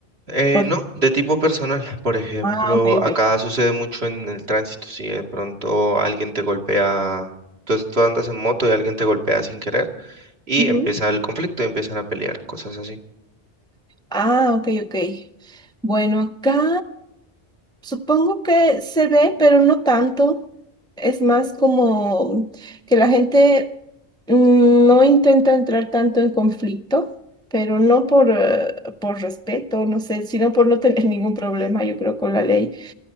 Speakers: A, on the right (about 65°); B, in the centre.
A: Eh,
B: Por...
A: no, de tipo personal. <laughs> Por ejemplo,
B: Ah, ok, ok.
A: acá sucede mucho en el tránsito. Si de pronto alguien te golpea, tú, tú andas en moto y alguien te golpea sin querer y
B: Ujú.
A: empieza el conflicto y empiezan a pelear, cosas así.
B: Ah, ok, ok. Bueno, acá. Supongo que se ve, pero no tanto. Es más como que la gente mm, no intenta entrar tanto en conflicto, pero no por, eh, por respeto, no sé, sino por no tener <laughs> ningún problema, yo creo, con la ley.